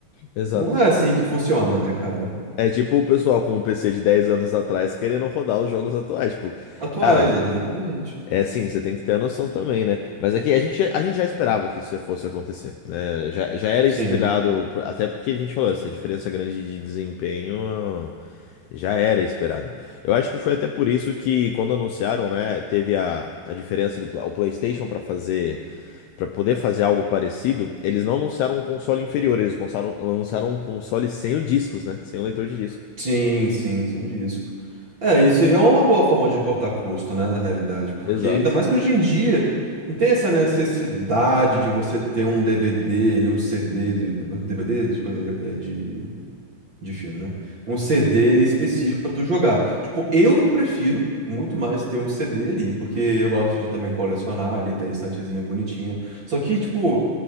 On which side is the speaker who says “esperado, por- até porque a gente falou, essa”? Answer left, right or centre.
Left